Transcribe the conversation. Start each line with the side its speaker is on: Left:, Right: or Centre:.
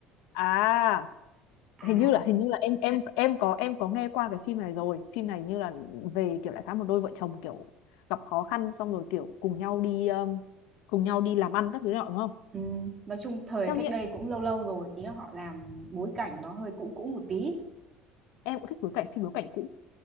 Left: À,
Right: à
Left: hình như là hình như là em em em có em có nghe qua cái phim này rồi. Phim này như là về kiểu đại khái một đôi vợ chồng kiểu gặp khó khăn xong rồi kiểu cùng nhau đi um, cùng nhau đi làm ăn các thứ đó đúng không?
Right: ừ, nói chung thời
Left: Theo
Right: cách
Left: như
Right: đây cũng lâu lâu rồi ý là họ làm bối cảnh nó hơi cũ cũ một tí
Left: em cũng thích bối cảnh phim bối cảnh cũ.